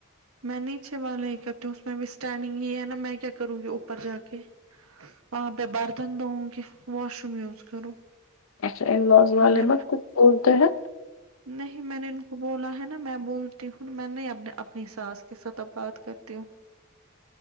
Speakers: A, on the right; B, on the left.
A: میں نیچے والے ہی کرتی ہوں اس میں بھی اسٹینڈنگ ہی ہے نا میں کیا کروں گی اوپر جا کے وہاں پہ برتن دھو کہ واش روم یوز کروں
B: اچھا ان لاس والے
A: ہم نے
B: نا کچھ بولتے ہیں
A: نہیں میں نے ان کو بولا ہے نا میں بولتی ہوں میں نے اپنی ساس کے ساتھ اب بات کرتی ہوں